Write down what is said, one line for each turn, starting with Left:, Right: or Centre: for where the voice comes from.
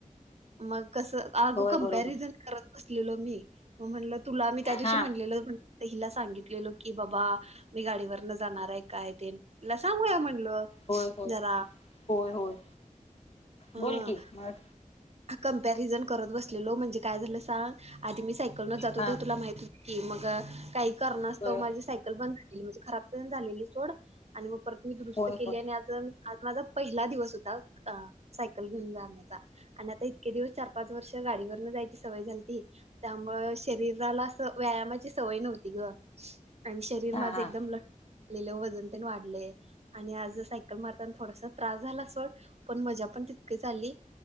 Right: मग कस आग
Left: होय
Right: कंपॅरिजन
Left: बरोबर
Right: करत बसलेलो मी, मग म्हनलं तुला बी त्यात
Left: हा
Right: म्हणलेल हिला सांगितलेल की बाबा मी गाडीवर न जाणार आहे, काय ते तला सांगूया म्हणलं.
Left: होय. होय.
Right: जरा
Left: होय. होय.
Right: ह
Left: बोल की मग
Right: कमपॅरिझन करत बसलेलो, म्हणजे काय झालं सांग आधी मी सायकल न जात हुतो,
Left: हा
Right: ते तुला माहित होत की, मग काही करणास्तव
Left: होय
Right: माझी सायकल बंद म्हणजे खराब झालेली सोड आणि मग परत मी दुरुस्त
Left: होय
Right: केली
Left: होय
Right: आणि आज आज माझा पहिला दिवस होता. अ सायकल घेऊन जाण्याचा. आणि आता इतके दिवस चार पाच वर्ष गाडीवरन जायची सवय झाली त त्यामुळ, शरीराला असं व्यायामाची सवय नव्हती ग. आणि शरीर
Left: हा
Right: माझे
Left: हा
Right: एकदम ल आलेले वजन तेन वाढले आणि आज सायकल मारताना थोडासा त्रास झाला सोड पण मजा पण तितकीे झाली.